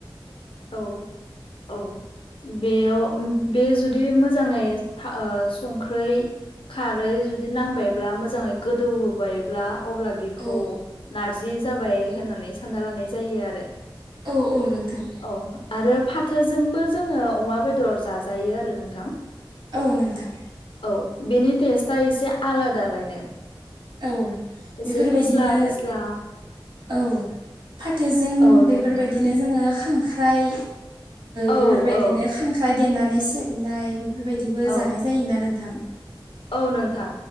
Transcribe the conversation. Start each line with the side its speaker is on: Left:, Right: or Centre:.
Left: औ औ। बेयाव ओम बे जुदि मोजाङै ओ संख्रै खारै जुदि नांबायब्ला मोजाङै गोदौ बायब्ला अब्ला बेखौ
Right: औ
Left: नारजि जाबाय होननानै सानना लानाय जायो आरो।
Right: औ-औ नोंथां।
Left: औ आरो फाथोजोंबो जोङो अमा बेदर जाजायो आरो नोंथां।
Right: औ नोंथां।
Left: औ बेनि टेस्टआ एसे आलादालायनो
Right: औ
Left: एसे
Right: बेफोरबायदिनो
Left: फिस्ला फिस्ला
Right: औ फाथोजों
Left: औ
Right: बेफोरबायदिनो
Left: नोंथां
Right: जोङो खांख्राइ,
Left: औ
Right: बेफोरबायदिनो
Left: औ
Right: खांख्राइ देनानै सेबनाय बेफोरबायदिबो
Left: औ
Right: जानाय जायोना नोंथां।
Left: औ नोंथां,